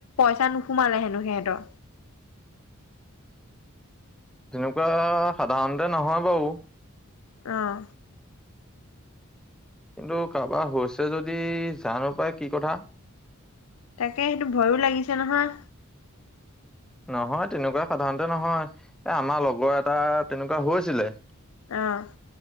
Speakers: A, on the left; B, in the centre.
A: ছা নোসুমালে হেনো সিহঁতৰ।
B: তেনেকুৱা সাধাৰণতে নহয় বাও
A: অহ।
B: কিন্তু কাৰোবাৰ হৈছে যদি জানো পাই কি কথা!
A: তাকে সেইটো ভয়ো লাগিছে নহয়!
B: নহয় তেনেকুৱা সাধাৰণতে নহয় এ আমাৰ লগৰ এটা তেনেকুৱা হৈছিলে।
A: আহ।